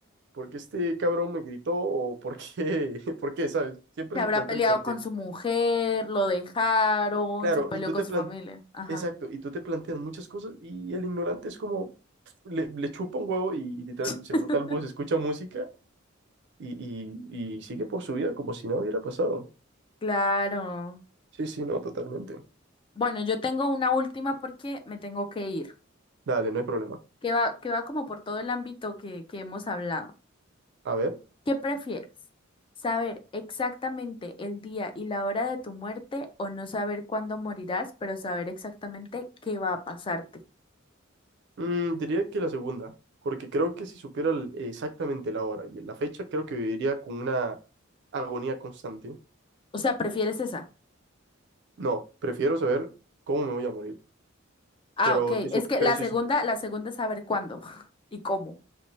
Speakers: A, on the right (about 55°); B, on the left (about 25°).
A: ¿Por qué este cabrón me gritó? ¿O por qué? <laughs> ¿Por qué? ¿Sabes? Siempre
B: Se habrá
A: se plantea
B: peleado
A: el por qué.
B: con su mujer, lo dejaron,
A: Claro,
B: se peleó
A: y tú
B: con
A: te
B: su
A: plan...
B: familia. Ajá.
A: Exacto, y tú te planteas muchas cosas y el ignorante es como, pf, le, le chupa un huevo y, y literal
B: <laughs>
A: se monta al bus, escucha música y, y, y sigue por su vida como si nada hubiera pasado.
B: Claro.
A: Sí, sí, no, totalmente.
B: Bueno, yo tengo una última porque me tengo que ir,
A: Dale, no hay problema.
B: que va, que va como por todo el ámbito que, que hemos hablado.
A: A ver,
B: ¿Qué prefieres? ¿Saber exactamente el día y la hora de tu muerte o no saber cuándo morirás, pero saber exactamente qué va a pasarte?
A: mm, diría que la segunda, porque creo que si supiera el- exactamente la hora y la fecha, creo que viviría con una agonía constante.
B: O sea, ¿prefieres esa?
A: No, prefiero saber cómo me voy a morir.
B: Ah,
A: Pero
B: ok.
A: sí, su-
B: Es que
A: pero
B: la
A: sí,
B: segunda,
A: su-
B: la segunda es saber cuándo <laughs> y cómo.